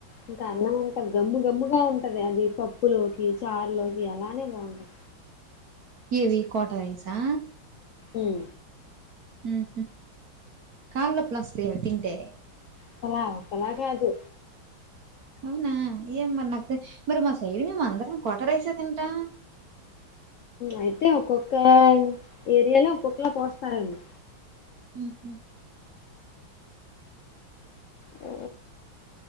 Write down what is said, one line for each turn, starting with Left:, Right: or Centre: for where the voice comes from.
Left: ఇంత అన్నం అంతా గమ్ము గమ్ముగా ఉంటది అది పప్పులోకి చారులోకి అలానే బాగుంటది.
Right: ఏవి కోట రైసా
Left: ఉం
Right: ఉహు కాళ్ళు నొప్పులు వస్తాయా అవి తింటే
Left: ఒకలా ఒకక్కలా కా అదు
Right: అవునా ఏ మరి నాకు మరి మా సైడ్ మేము అందరం కోట రైసే తింటాం
Left: అయితే ఒక్కొక్క ఏరియాలో ఒక్కొక్కలా పోస్తారెమో
Right: ఉహు
Left: ఆ